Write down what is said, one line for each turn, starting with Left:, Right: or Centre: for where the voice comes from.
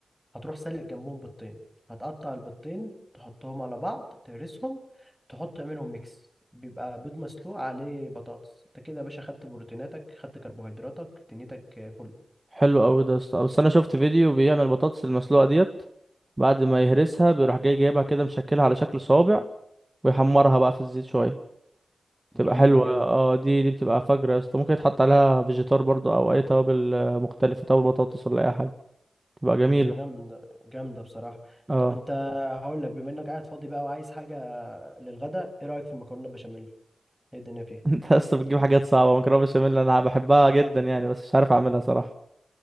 Centre: هتروح سالق جنبهم بيضتين هتقطع البيضتين تحطهم على بعض تهرسهم تحط تعملهم ميكس بيبقى بيض مسلوق عليه بطاطس انت كده يا باشا خدت بروتيناتك خدت كربوهيدراتك دنيتك فل
Right: حلو قوي ده يا اسطى بس انا شفت فيديو بيعمل البطاطس المسلوقه ديت بعد ما يهرسها بيروح جاي جايبها كده مشكلها على شكل صوابع ويحمرها بقى في الزيت شويه
Centre: جامدة
Right: بتبقى حلوة
Centre: دي قوي
Right: اه دي دي بتبقى فجرة يا اسطى ممكن يتحط عليها فيجيتار برضو او اي توابل آه، مختلفة توابل بطاطس ولا اي حاجة تبقى جميلة
Centre: هي جامدة جامدة بصراحة
Right: اه
Centre: طب انت هقول لك بما انك قاعد فاضي بقى وعايز حاجة للغدا ايه رأيك في المكرونة بشاميل ايه الدنيا فيها
Right: <laughs> انت يا اسطى بتجيب حاجات صعبة مكرونة بشاميل انا بحبها جدا يعني بس مش عارف اعملها صراحة